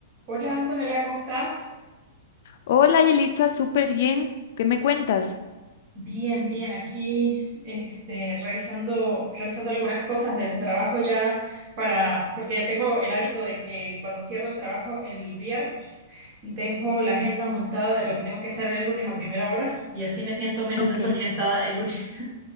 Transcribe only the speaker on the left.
Hola, Yelitza, súper bien. ¿Qué me cuentas?
Ok.